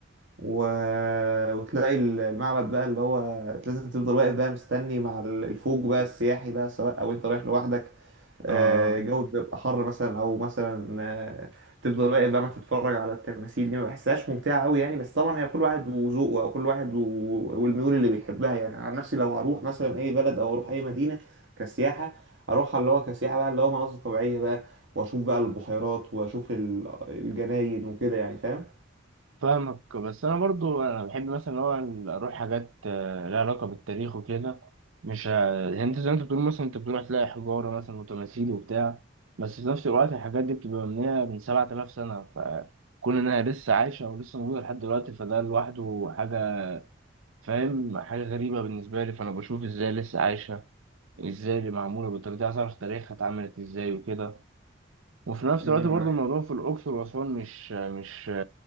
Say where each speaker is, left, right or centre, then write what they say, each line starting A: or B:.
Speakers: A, on the right; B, on the right.
A: و... وتلاقي المعبد بقى اللي هو لازم تفضل واقف بقى مستني مع الفوج بقى السياحي بقى سواء او انت رايح لوحدك آه،
B: اه
A: الجو بيبقى حر مثلا او مثلا آه، تفضل واقف بقى ما تتفرج على التماثيل دي ما بحسهاش ممتعه قوي يعني بس طبعا هي كل واحد وذوقه او كل واحد و... والميول اللي بيحبها يعني عن نفسي لو هروح مثلا اي بلد او اروح اي مدينه كسياحه اروح اللي هو كسياحه بقى اللي هو مناظر طبيعيه بقى واشوف بقى البحيرات واشوف ال- الجناين وكده يعني فاهم؟
B: فاهمك بس انا برضو انا بحب مثلا ان هو اروح حاجات آه، لها علاقه بالتاريخ وكده مش ه- يعني انت زي ما انت بتقول مثلا انت بتروح تلاقي حجاره مثلا وتماثيل وبتاع بس في نفس الوقت الحاجات دي بتبقى مبنيه من 7000 سنه فكون انها لسه عايشه ولسه موجوده لحد دلوقتي فده لوحده حاجه فاهم حاجه غريبه بالنسبه لي فانا بشوف ازاي لسه عايشه ازاي اللي معموله بالطريقه دي عايز اعرف تاريخها اتعملت ازاي وكده وفي نفس
A: مم،
B: الوقت برضو الموضوع في الأقصر وأسوان مش مش